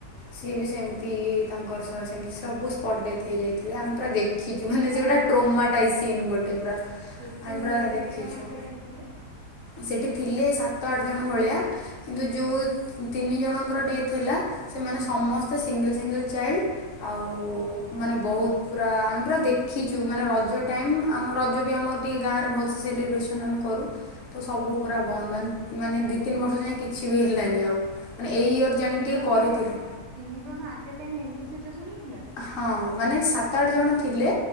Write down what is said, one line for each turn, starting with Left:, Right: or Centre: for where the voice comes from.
Left: ସିଏ ବି ସେମିତି ତାଙ୍କର ସହ ସେମିତି ସବୁ ସ୍ପଟ ଡେଥ ହେଇଯାଇ ଥିଲେ ଆମେ ପୁରା ଦେଖିଚୁ
Right: କେତେ
Left: ମାନେ
Right: ଜଣ
Left: ସେ ଗୋଟା ଡ୍ରୋମାଟାଇଜ
Right: କି
Left: ସିନ୍ ଗୋଟେ ପୁରା।
Right: କେତେ
Left: ଆମେ ପୁରା ଦେଖିଛୁ।
Right: ଜଣ ଆଟେ ଟାଇମ୍ ଥିଲେ?
Left: ସେଠି ଥିଲେ ସାତ ଆଠ ଜଣ ଭଳିଆ କିନ୍ତୁ ଯଉ ତିନି ଜଣଙ୍କର ଡେଥ୍ ହେଲା। ସେମାନେ ସମସ୍ତେ ସିଙ୍ଗଲ ସିଙ୍ଗଲ ଚାଇଲ୍ଡ ଆଉ
Right: ଓହୋ।
Left: ମାନେ ବହୁତ ପୁରା ଆମେ ପୁରା ଦେଖିଚୁ ମାନେ ରଜ ଟାଇମ ଆମ ରଜ ବି ଆମର ଟିକେ ଗାଁରେ ଭଲସେ ସେଲିବ୍ରେସନ୍ ଆମେ କରୁ। ତ ସବୁ ପୁରା ବନ୍ଦ ବାନ୍ଦ୍ ମାନେ ଦି ତିନି ବର୍ଷ ଯାଏ କିଛି ବି ହେଲାନି ଆଉ। ମାନେ ଏଇ ଇୟର
Right: ଓ ତିନି
Left: ଜାଣିକି ଟିକେ
Right: ଜଣ
Left: କରିଥିଲୁ।
Right: ତିନି ଜଣ ଆଟେ ଟାଇମ୍ ଏମତି ସିଚୁଏସନ ହେଇଥିଲା?
Left: ହଁ ମାନେ ସାତ ଆଠ ଜଣ ଥିଲେ